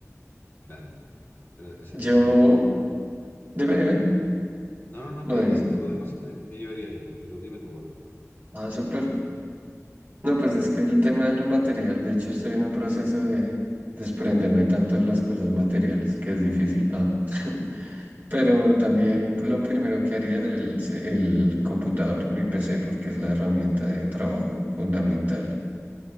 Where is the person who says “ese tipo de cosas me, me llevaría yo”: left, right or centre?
Left